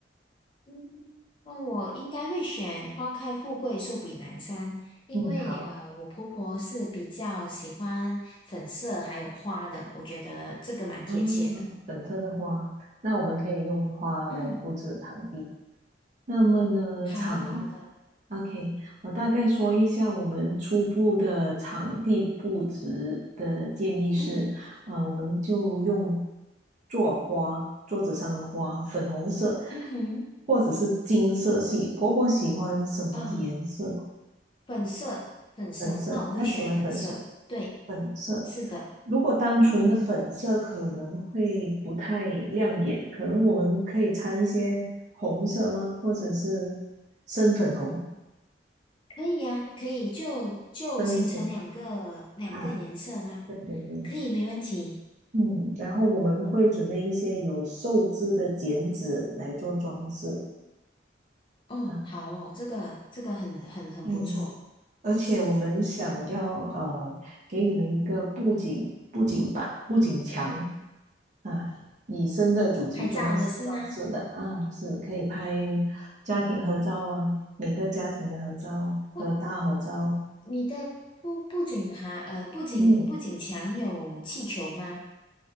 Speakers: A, on the left; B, on the right.
A: 嗯，那我应该会选花开富贵，寿比南山，因为呃，
B: 嗯，好，
A: 我婆婆是比较喜欢粉色还有花的，我觉得这个蛮贴切的。
B: 嗯，粉色的花，那我们可以用花来布置场地。
A: 嗯，
B: 那么呢，场
A: 好的。
B: ，OK，我大概说一下我们初步的场地布置的建议是，
A: 嗯
B: 呃，我们就用做花，桌子上的花，粉红色
A: 嗯哼，
B: 或者是金色系。婆婆喜欢什么颜色？
A: 啊，粉色，粉色，
B: 粉色，
A: 那我会选粉色。
B: 她喜欢粉色，
A: 对，
B: 粉色。
A: 是的。
B: 如果单纯的粉色可能会不太亮眼，
A: 嗯。
B: 可能我们可以掺一些红色吗？或者是深粉红、
A: 可以呀，可以就就形成两个两个颜色吗？
B: 深浅啊？对对对，
A: 可以，没问题。
B: 嗯，然后我们会准备一些有寿字的剪纸来做装饰
A: 哦，
B: 啊，
A: 好哦，这个这个很很很不错。
B: 嗯，而且我们想要呃，给你们一个布景布景板、布景墙，啊，以深的主题装装饰的啊，
A: 拍照的是吗？
B: 是可以拍家庭合照啊，每个家庭的合照和大合照。
A: 不，你的不不仅爬呃不仅不仅墙有气球吗？
B: 嗯，